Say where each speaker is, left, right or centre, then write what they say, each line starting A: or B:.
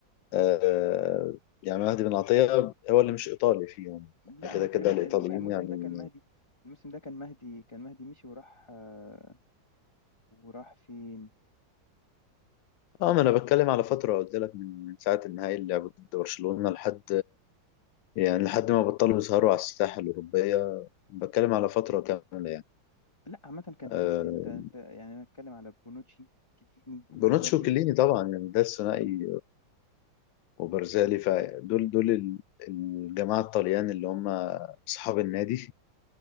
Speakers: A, on the left (about 80°); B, on the left (about 15°).
A: آه يعني مهدي بن عطية هو اللي مش إيطالي فيهم
B: لا
A: كده
B: هو
A: كده
B: تقريبا
A: الإيطاليين
B: الم- الموسم
A: يعني
B: ده كان مهدي الموسم ده كان مهدي كان مهدي مشي وراح آه، وراح فين
A: اه ما أنا بتكلم على فترة قلت لك من من ساعة النهائي اللي لعبوه ضد برشلونة لحد يعني لحد ما بطلوا يسهروا على الساحة الأوروبية بتكلم على فترة كاملة يعني
B: لا عامة كان
A: آه
B: في اللي- انت انت يعني انا اتكلم على بونوتشي كيليني وبرزالي
A: بونوتشي وكليني طبعا يعني ده الثنائي وبرزالي فدول دول ال- الجماعة الطليان اللي هم أصحاب النادي